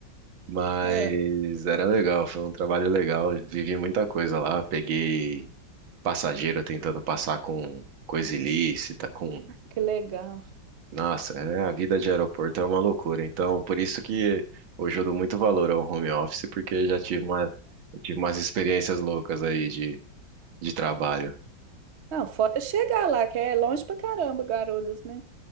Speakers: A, on the right; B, on the right.
A: Mas
B: Ah,
A: era legal, foi um trabalho legal. Vivi muita coisa lá. Peguei passageiro tentando passar com coisa ilícita, com.
B: que legal.
A: Nossa, é, a vida de aeroporto é uma loucura. Então, por isso que hoje eu dou muito valor ao home office, porque já tive uma, eu tive umas experiências loucas aí de, de trabalho.
B: Não, fora chegar lá, que é longe pra caramba, Guarulhos, né?